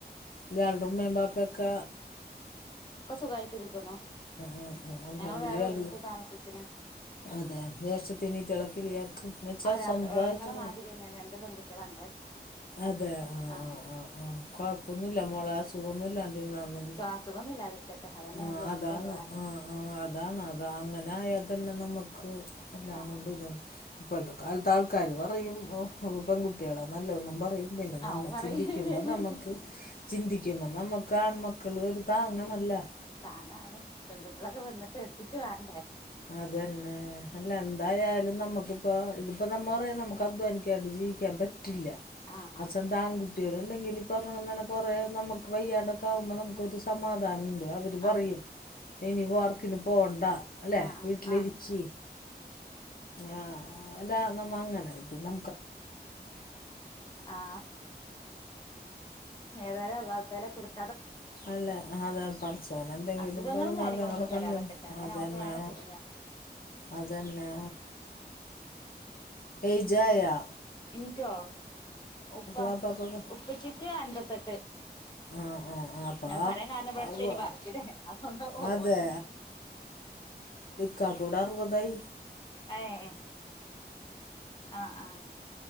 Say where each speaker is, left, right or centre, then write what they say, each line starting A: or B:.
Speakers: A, on the left; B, on the left.
A: ഇയാടെ ഉമ്മേം ബാപ്പെക്കെ
B: ഒക്കെ സുഖായിട്ടിരിക്കുന്നു
A: ഉം ഉം അൽഹംദുലില്ലാ
B: ഞങ്ങള് വേറെ
A: ഇയാൾക്ക്
B: വീട്‌ട്ത്ത് താമസിച്ച്ണ്
A: അതെ ജേഷ്ഠത്തി
B: ആഹ്
A: അനിയത്തിയളൊക്കെല്ലിയാക്ക് ന്നുവച്ചാ
B: ഒരാക്ക്
A: സ്വന്തമായിട്ട്
B: ഇങ്ങളെ മാതിരിയെന്നെ രണ്ട് പെൺകുട്ടികളാ ഞങ്ങള്
A: അതെ ആ ആ
B: ആഹ്
A: ആ ആ കൊഴപ്പൊന്നും ഇല്ല മോളെ അസുഖൊന്നുല്ലാണ്ടിരുന്നാ അതാ മതി
B: അസുഖൊന്നും ഇല്ലാതിരിക്കട്ടെ അതന്നെള്ളു
A: ആ അതാണ്
B: എപ്പളും ദുആ
A: ആ ആ അതാണ് അത അങ്ങനെ ആയാതന്നെ നമ്മക്ക് <unintelligible> എല്ലാം
B: ആഹ്
A: കൊണ്ടും ഇതാണ് ഇപ്പോഴത്തെ കാലത്ത് ആൾക്കാര് പറയും പെൺകുട്ടികളാ നല്ലത് ന്നും പറയും പിന്നെ
B: ആ
A: നമ്മ
B: ഓൻ പറയും
A: ചിന്തിക്കുമ്പോ നമ്മക്ക് ചിന്തിക്കുമ്പോ നമ്മ കാൺമക്കള് ഒരുതാങ്ങാണല്ലോ
B: താങ്ങാണ് പെൺകുട്ടികളൊക്കെ വന്നിട്ട് എത്തിട്ട് വേണ്ടേ
A: അത് തന്നെ അല്ല എന്തായാലും നമ്മക്കിപ്പ ഇതിപ്പോ നമ്മറയാ നമുക്ക് അധ്വാനിക്കാണ്ട് ജീവിക്കാൻ പറ്റ് റ്റില്ല
B: ആഹ് ആഹ്
A: അത് സ്വന്താങ്കു കുട്ടികള്ണ്ടെങ്കിൽ ഈ പറഞ്ഞോണം തന്നെ കൊറേ നമ്മക്ക് വയ്യാണ്ടൊക്കെ ആകുമ്പ നമുക്കൊരു സമാധാനം ഉണ്ട് അവര് പറയും
B: ആഹ്
A: ഇനിപ്പോ വർക്കിന് പോണ്ട ല്ലേ
B: ആഹ്
A: വീട്ടിലിരിക്കി
B: ആഹ് ആഹ്
A: ആ അല്ലാ നമ്മ അങ്ങനെ ഇത് ന
B: ആ ഏതായാലും അള്ളാഹു തആല കൊടുക്ക
A: അല്ല അതെ പഠച്ചോനെന്തെങ്കിലും
B: അസുഖങ്ങളും
A: വഴിമാർഗ്ഗങ്ങളും
B: കാര്യങ്ങളൊന്നും
A: കണ്ടിട്ട്
B: തരാതെക്കട്ടെ അങ്ങനെ
A: അതെന്നെ
B: ആവുമ്പോഴാണ് കുടുങ്ങ
A: അതെന്നേ എഴ്ജായോ
B: ഇൻക്കോ ഉപ്പ
A: വാപ്പാക്കും ഒക്കെ
B: ഉപ്പച്ചിക്ക് അൻപത്തെട്ട്
A: ആഹ് ആഹ് ആഹ് അപ്പ
B: അത് പറയാൻ കാരണം ഇബടെ അടുത്തയ്നിം
A: അവ്വ
B: വാർഷികം അതുകൊണ്ടാ ഓർമ്മ
A: അതെ
B: വന്നെ
A: ക്കാക്കിവിടെ അറുവതായി
B: ഏ എ ആ ആ